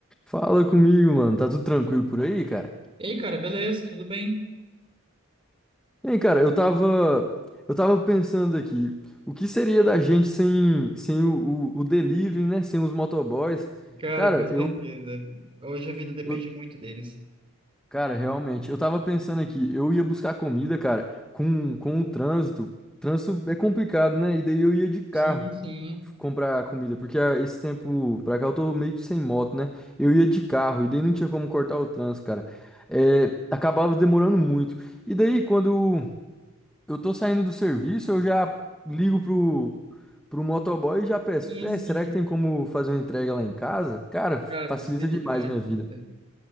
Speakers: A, in the centre; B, on the right.
A: Fala comigo, mano. Tá tudo tranquilo por aí, cara?
B: E aí, cara, beleza? Tudo bem?
A: Ei, cara, eu tava, eu tava pensando aqui, o que seria da gente sem, sem o, o, o delivery, né? Sem os motoboys?
B: Cara,
A: Cara,
B: com certeza.
A: eu,
B: Hoje a vida depende
A: eu,
B: muito deles.
A: Cara, realmente, eu tava pensando aqui, eu ia buscar comida, cara, com, com o trânsito. Trânsito é complicado, né? E daí eu ia de carro
B: Sim, sim.
A: comprar comida, porque ah, esse tempo pra cá eu tô meio que sem moto, né? Eu ia de carro, e daí não tinha como cortar o trânsito, cara. É, acabava demorando muito. E daí, quando eu tô saindo do serviço, eu já ligo pro, pro motoboy e já peço:
B: Sim,
A: é,
B: sim.
A: será que tem como fazer uma entrega lá em casa? Cara,
B: Cara,
A: facilita
B: facilita
A: demais
B: demais
A: minha
B: a
A: vida.
B: vida.